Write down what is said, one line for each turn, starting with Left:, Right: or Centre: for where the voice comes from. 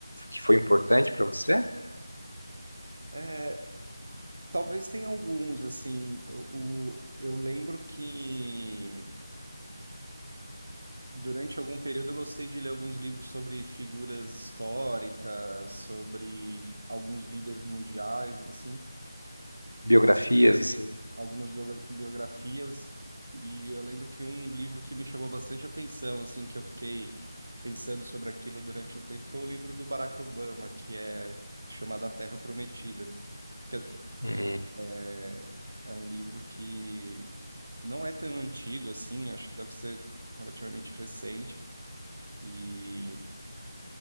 Left: que foi importante para você?
Right: É, talvez tenha alguns, assim, o, o- eu lembro que durante algum período eu gostei de ler alguns livros sobre figuras históricas, sobre alguns líderes mundiais, assim,
Left: Biografias, assim?
Right: algumas bio- biografias e eu lembro que um livro que me chamou bastante atenção, assim, que eu fiquei pensando sobre aquilo durante um tempo, foi o livro do Barack Obama, que é chamado A Terra Prometida, que é,
Left: Hum.
Right: é é um livro que não é tão antigo assim, acho que deve ser relativamente recente. E